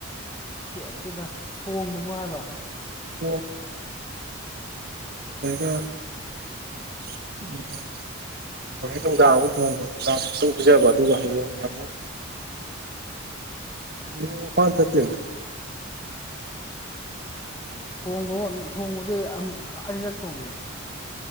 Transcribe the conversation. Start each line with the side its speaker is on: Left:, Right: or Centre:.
Left: ꯀꯦꯞꯇꯨꯗ ꯊꯣꯡꯕꯕꯨ ꯍꯥꯏꯕ
Right: <unintelligible> <unintelligible> ꯍꯣꯔꯦꯟ ꯅꯨꯡꯗꯥꯡ ꯑꯃꯨꯛ ꯊꯣꯡꯕ ꯅꯨꯡꯗꯥꯡꯒꯤꯅ ꯏꯁꯤꯡ ꯄꯤꯖꯕ ꯑꯗꯨꯒ‌ ꯍꯌꯦꯡꯒꯤꯅ ꯑꯃꯨꯛ ꯅꯣꯡꯃꯥ ꯐꯥꯅꯥ ꯆꯠꯇꯦꯅ
Left: ꯊꯣꯡꯕꯕꯨ ꯊꯣꯡꯕꯗꯨ ꯑꯝ ꯑꯅꯤꯔꯛ ꯊꯣꯡꯒꯔꯕ